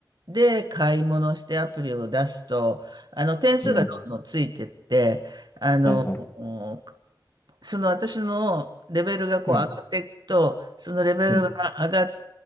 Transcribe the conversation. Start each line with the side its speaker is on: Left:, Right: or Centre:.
Right: で買い物してアプリを出すと、あの点数がどんどんついてって、
Left: うん。
Right: あのー
Left: はいはい。
Right: その私のレベルがこう上がっていくと、
Left: うん。
Right: そのレベルが上がっ
Left: うん。